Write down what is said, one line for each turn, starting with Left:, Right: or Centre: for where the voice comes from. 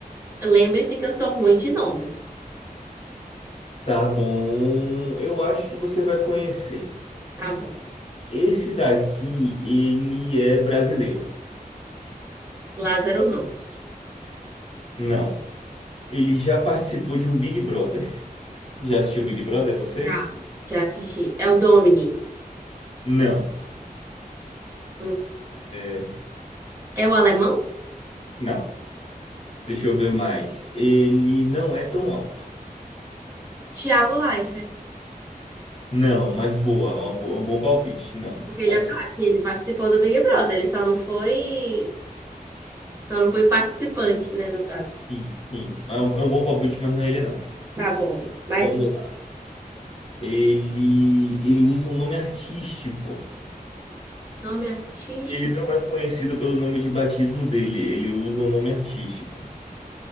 Right: Lembre-se que eu sou ruim de nome.
Left: Tá bom. Eu acho que você vai conhecer.
Right: Tá bom.
Left: Esse daqui, ele é brasileiro.
Right: Lázaro Ramos.
Left: Não. Ele já participou de um Big Brother. Já assistiu Big Brother, você?
Right: Já. Já assisti. É o Domini.
Left: Não.
Right: Hum.
Left: É,
Right: É o alemão?
Left: Não. Deixa eu ver mais. Ele não é tão alto.
Right: Thiago Leifert.
Left: Não, mas boa. Uma boa- é um bom palpite. Não.
Right: Porque ele
Left: Mas
Right: é baixo. e Ele participou do Big Brother. Ele só não foi. Só não foi participante, né, no caso.
Left: sim, sim. Mas É um, é um bom palpite, mas não é ele, não.
Right: Tá bom. Mas
Left: Vamos lá. Ele, ele usa um nome artístico.
Right: nome artístico.
Left: Ele não é conhecido pelo nome de batismo dele. Ele usa um nome artístico.